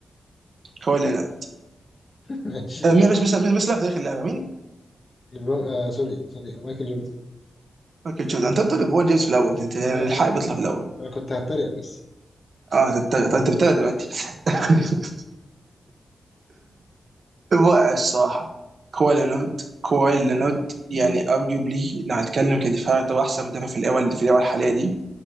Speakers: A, on the right; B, on the left.
A: كواي لينارد
B: ماشي
A: آه، مين بس بس بس بس لا في تاريخ اللعبه مين؟
B: ليبرون آه سوري سوري مايكل جوردن
A: مايكل جوردن انت قلت ليبرون جيمس في الاول انت يعني
B: لا
A: الحق
B: لا
A: بيطلع
B: لا.
A: في الاول
B: انا كنت هتريق بس
A: اه تتابع طيب انت بتتابع دلوقتي <laughs> رائع الصراحه كواي لينارد كواي لينارد
B: <laughs>
A: يعني ارجيوبلي لو هنتكلم كدفاع طبعا احسن مدافع في الاول في الاول الحاليه دي